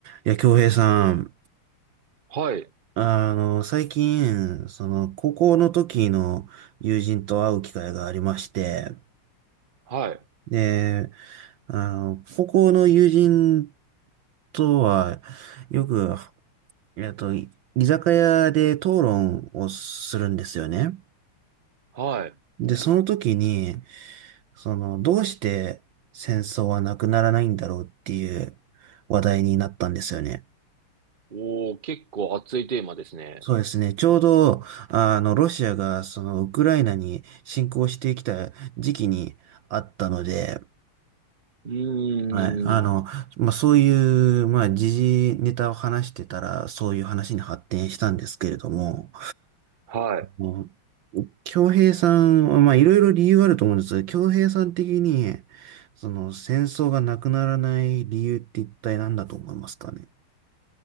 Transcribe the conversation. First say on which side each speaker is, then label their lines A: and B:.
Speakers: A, on the right; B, on the right.
A: いや、京平さん、
B: はい、
A: あの、最近、その、高校の時の友人と会う機会がありまして、
B: はい、
A: で、あの、高校の友人とは、よく、えっと、い居酒屋で討論をするんですよね。
B: はい。
A: で、その時に、その、どうして戦争はなくならないんだろうっていう話題になったんですよね。
B: おー、結構熱いテーマですね。
A: そうですね。ちょうど、あの、ロシアが、その、ウクライナに侵攻してきた時期にあったので、
B: うーん、
A: はい。あの、まあ、そういう、まあ、時事ネタを話してたら、そういう話に発展したんですけれども、
B: はい。
A: もう、京平さんは、まあ、いろいろ理由あると思うんですけど、京平さん的に、その、戦争がなくならない理由って一体何だと思いますかね。